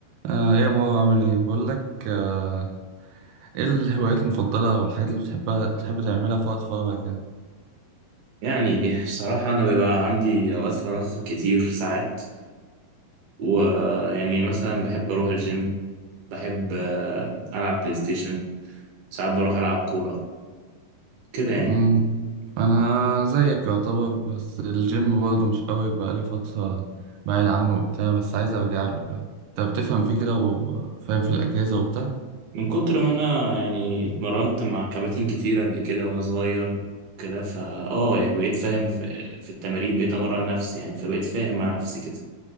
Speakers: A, on the right (about 85°); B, on the right (about 70°).
A: آه، ايه يا مروة عامل ايه بقول لك آه، ايه الهوايات المفضلة او الحاجات اللي بتحبها تحب تعملها في وقت فراغك يعني
B: يعني صراحة أنا بيبقى عندي أوقات فراغ كتير ساعات ويعني مثلا بحب أروح الجيم بحب آه، ألعب بلاي ستيشن ساعات بروح ألعب كورة كده يعني
A: مم. انا زيك يعتبر بس الجيم برضه مش قوي بقالي فترة بعيد عنه وبتاع بس عايز ارجع له يعني انت بتفهم فيه كده وفاهم في الأجهزة وبتاع
B: من كتر ما أنا يعني اتمرنت مع كباتن كتير قبل كده وأنا صغير كده فا آه يعني بقيت فاهم في في التمارين بقيت أمرن نفسي يعني فبقيت فاهم مع نفسي كده